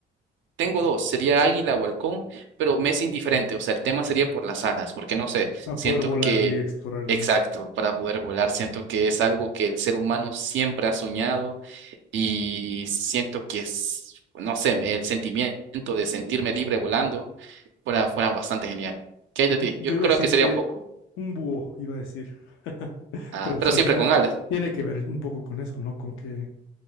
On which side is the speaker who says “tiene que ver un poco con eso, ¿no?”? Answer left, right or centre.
Left